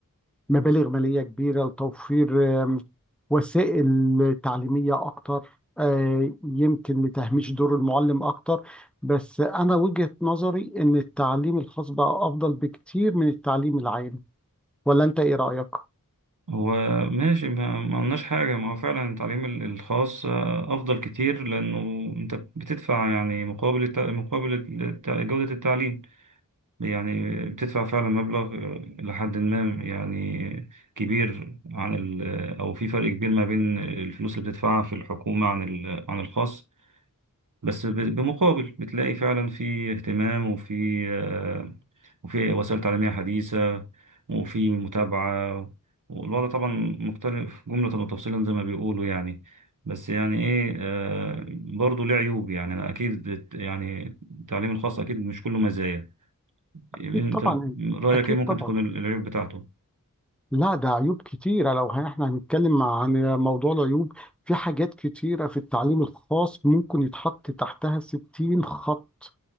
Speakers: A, in the centre; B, on the right.
A: مبالغ مالية كبيرة لتوفير آم، وسائل تعليمية أكتر آه، يمكن لتهميش دور المعلم أكتر بس أنا وجهة نظري إن التعليم الخاص بقى أفضل بكتير من التعليم العام ولا أنت إيه رأيك؟
B: هو ماشي ما ما قلناش حاجه ما هو فعلا التعليم ال- الخاص آه، افضل كتير لانه انت بتدفع يعني مقابل الت- مقابل الت- جوده التعليم يعني بتدفع فعلا مبلغ آه، لحد ما يعني كبير عن ال- او في فرق كبير ما بين الفلوس اللي بتدفعها في الحكومه عن ال- عن الخاص بس ب- بمقابل بتلاقي فعلا في اهتمام وفي آه، وفي وسائل تعليمية حديثة وفي متابعة والوضع طبعا مختلف جملة وتفصيلا زي ما بيقولوا يعني بس يعني ايه آه، برضه ليه عيوب يعني أنا اكيد بت- يعني التعليم الخاص اكيد مش كله مزايا
A: أكيد
B: انت
A: طبعا
B: رأيك
A: أكيد
B: ايه ممكن
A: طبعا
B: تكون العيوب بتاعته
A: لا ده عيوب كتيرة لو هن- احنا هنتكلم عن موضوع العيوب في حاجات كتيرة في التعليم الخاص ممكن يتحط تحتها 60 خط